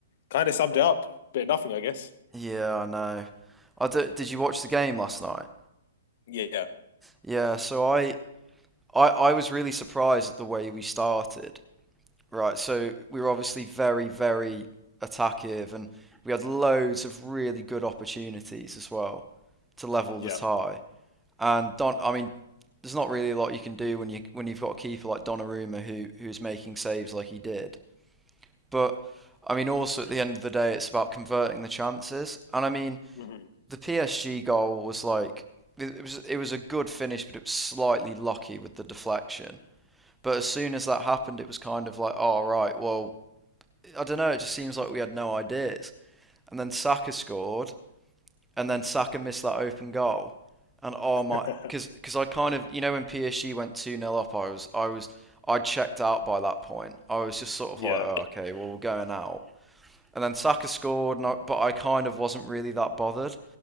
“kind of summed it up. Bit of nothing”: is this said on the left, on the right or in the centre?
Left